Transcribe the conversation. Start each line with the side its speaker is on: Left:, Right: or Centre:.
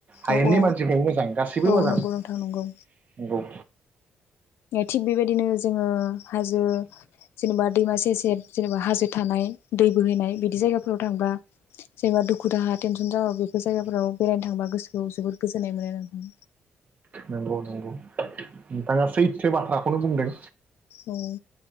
Right: हायेननि
Left: औ औ
Right: मानसिफ्राबो मोजां गासैबो
Left: औ
Right: मोजां
Left: नंगौ
Right: नोंगौ।
Left: नोंथां नंगौ थिग बेबायदिनो जोङो हाज बो जेनेबा दैमा सेर सेेर जेनेबा हाजो थानाय दै बोहैनाय बिदि जायगाफोराव थांब्ला जेनेबा दुखु दाहा टेनसन जाबा बेफोर जायगाफोराव बेरायनो थांबा गोसो जोबोद गोजोननाय मोनो नोंथां।
Right: नोंगौ नोंगौ। नोंथाङा सैथो बाथ्रा खौनो बुंदों।
Left: औ